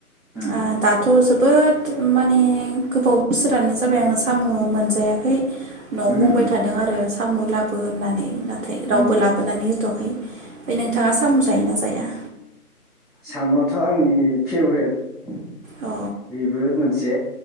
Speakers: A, in the centre; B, on the right (about 60°).
A: उम
B: आ दाथ जोबोद थो माने। गोबाव बोसोरानो जाबाय आङो। खाम मोनजायाखै। नवाव
A: उम
B: बुंबाय
A: उम
B: थादों आरो साम लाबो होननानै नाथाय रावबो
A: उम
B: लाबोनानै होथवा। ओमफाय नोंथाङा साम जायोना जाया?
A: सामुआथ' आंनि फेभवराइत।
B: अ
A: बेबो मोनसे।